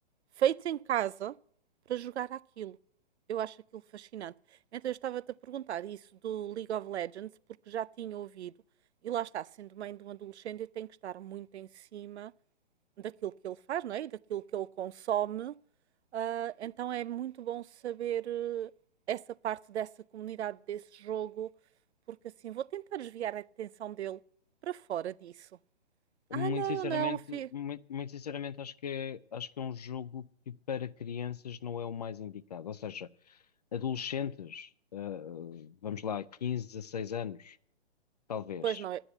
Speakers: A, on the right (about 75°); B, on the left (about 40°).
A: feitos em casa para jogar aquilo. Eu acho aquilo fascinante. Então eu estava-te a perguntar isso do League of Legends, porque já tinha ouvido e lá está, sendo mãe de um adolescente, eu tenho que estar muito em cima daquilo que ele faz, não é? E daquilo que ele consome. Ah, então é muito bom saber eh, essa parte dessa comunidade, desse jogo, porque assim vou tentar desviar a atenção dele para fora disso. Ah,
B: Muito
A: não,
B: sinceramente,
A: não, filho.
B: muito, muito sinceramente acho que é, acho que é um jogo que para crianças não é o mais indicado. Ou seja, adolescentes, eh, vamos lá, 15, 16 anos, talvez.
A: Pois não,